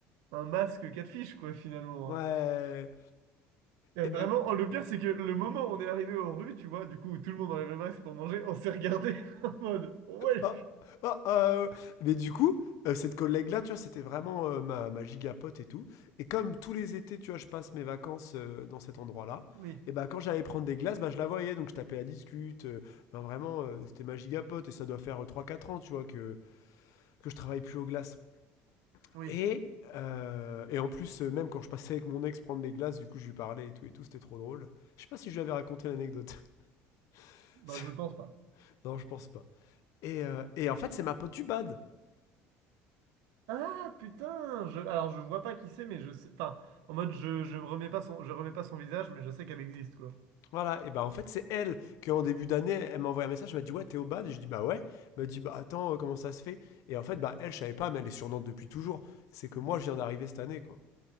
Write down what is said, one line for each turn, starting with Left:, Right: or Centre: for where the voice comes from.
Right: un masque catfish, quoi, finalement.
Left: Ouais.
Right: hein. Et
Left: Et ben,
Right: vraiment, oh, le pire, c'est que le moment où on est arrivé aux rues, tu vois, du coup, où tout le monde enlève le masque pour manger, on s'est regardé <laughs> en mode, ouais,
Left: oh, oh, ah, mais du coup, euh, cette collègue-là, tu vois, c'était vraiment euh, ma, ma gigapote et tout. Et comme tous les étés, tu vois, je passe mes vacances euh, dans cet endroit-là,
Right: oui,
Left: et ben quand j'allais prendre des glaces, bah, je la voyais, donc je tapais la discute. euh, Enfin, vraiment, euh, c'était ma gigapote et ça doit faire euh, trois quatre ans, tu vois, que, que je travaille plus aux glaces.
Right: oui,
Left: Et, euh, et en plus, euh, même quand je passais avec mon ex prendre des glaces, du coup, je lui parlais et tout, et tout, c'était trop drôle. Je sais pas si je lui avais raconté l'anecdote. <laughs>
Right: ben, je pense pas.
Left: non, je pense pas. Et, euh, et en fait, c'est ma pote du bad.
Right: Ah, putain, je, alors je vois pas qui c'est, mais je sais, enfin, en mode, je, je remets pas son, je remets pas son visage, mais je sais qu'elle existe, quoi.
Left: Voilà, et bah en fait c'est elle que en début d'année, elle m'a envoyé un message, elle m'a dit ouais t'es au bad, et je dis bah ouais, elle m'a dit bah attends euh, comment ça se fait, et en fait bah elle je savais pas, mais elle est sur Nantes depuis toujours, c'est que moi je viens d'arriver cette année quoi,